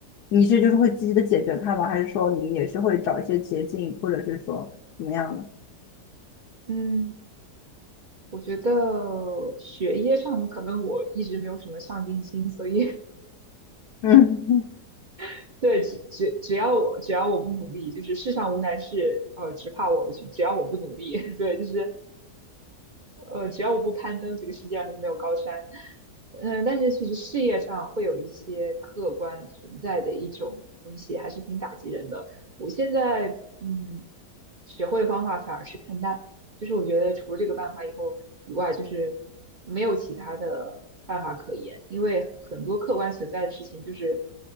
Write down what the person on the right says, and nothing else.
嗯嗯。我觉得学业上可能我一直没有什么上进心，所以
<laughs> 对，只只只要我只要我不努力，就是世上无难事，呃，只怕我只只要我不努力，<laughs> 对，就是呃，只要我不攀登，这个世界上就没有高山。嗯，但是其实事业上会有一些客观存在的一种东西，还是挺打击人的。我现在嗯，学会的方法反而是看淡，就是我觉得除了这个办法以后以外，就是没有其他的办法可言，因为很多客观存在的事情就是